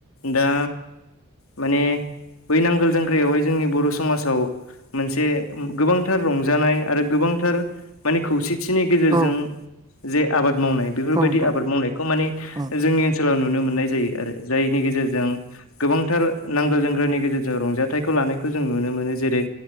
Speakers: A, on the left (about 75°); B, on the right (about 20°).
A: दा माने बै नांगोल जांग्रायावहाय जोंनि बर' समाजाव मोनसे गोबांथार रंजानाय आरो गोबांथार माने खौसेथिनि गेजेरजों
B: औ
A: जे आबाद मावनाय बेफोरबायदि
B: औ नोंथां
A: आबाद मावनाय खौ माने
B: ओं
A: जोंनि ओनसोलाव नुनो मोननाय जायो आरो जायनि गेजेरजों गोबांथार नांगोल जोंग्रानि गेजेरजों रंजाथाइखौ लानायखौ जों नुनो मोनो जेरै